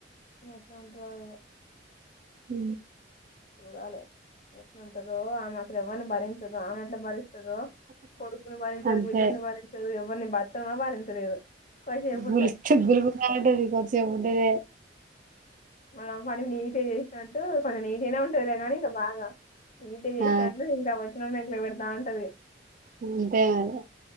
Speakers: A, on the left (about 40°); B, on the right (about 45°).
A: ఇగ ఎట్లుంట్రో ఇగ
B: ఊ
A: చూడాలి ఎట్ల ఉంటరో ఆమె అసలు ఎవరిని భరించదు ఆమె ఎట్లా భరిస్త కొడుకుని బరించది
B: అంతే
A: బిడ్డని బరించది ఎవరిని భర్తను కూడా భరించలేదు కొద్దిసేపు
B: గ <unintelligible> <inaudible> గులింటది
A: ఉంటే
B: కొచ ఉంటద
A: మనం పని నీట్టిగ చేసినట్టు కొంచెం నీ మంచిగానే ఉంటదిలే కాని ఇక బాగా నీట్టిగ చేసినట్టు
B: ఆ
A: ఇంకా వచ్చిన న నెట్లే పెడతా ఉంటది
B: అంతే మరి